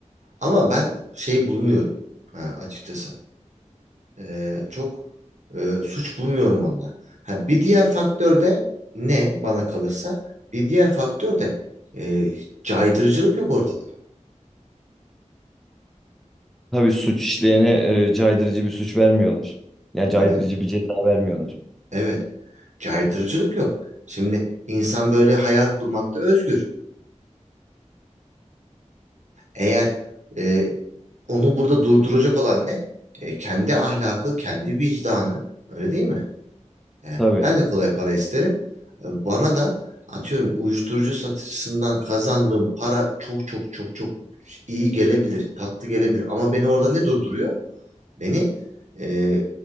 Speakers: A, on the right; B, in the centre.
A: Ama ben şey bulmuyorum ha, açıkçası. E, çok e, suç bulmuyorum onda. Ha, bir diğer faktör de ne bana kalırsa bir diğer faktör de e, caydırıcılık yok ortada.
B: Tabii suç işleyene e, caydırıcı bir suç vermiyorlar. Ya caydırıcı
A: E,
B: bir ceza vermiyorlar.
A: evet caydırıcılık yok. Şimdi insan böyle hayal kurmakta özgür. Eğer e, onu burada durduracak olan ne? E, kendi ahlakı, kendi vicdanı. Öyle değil mi? E,
B: Tabii
A: ben de kolay para isterim. E, bana da atıyorum uyuşturucu satıcısından kazandığım para çok çok çok çok iyi gelebilir, tatlı gelebilir. Ama beni orada ne durduruyor? Beni e,